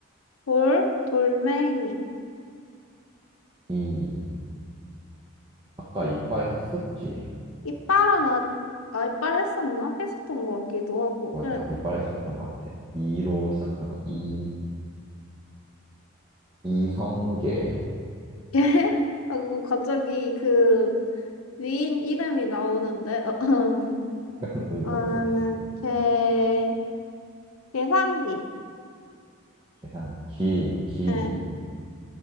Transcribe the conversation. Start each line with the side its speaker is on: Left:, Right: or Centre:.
Left: 돌, 돌멩이,
Right: 이, 아까 이빨 했었지.
Left: 이빨은 아, 아 이빨 했었나? 했었던 것 같기도 하고,
Right: 맞아,
Left: 응.
Right: 이빨 했었던 것 같아. 이로 시작하는 거, 이, 이성계.
Left: <laughs> 걔? 하고 갑자기 그 위인 이름이 나오는데, <laughs> 어, 음.
Right: <laughs> 생각나는
Left: 그러면은
Right: 게 없었어.
Left: 개, 계산기,
Right: 계산, 기, 기,
Left: 예,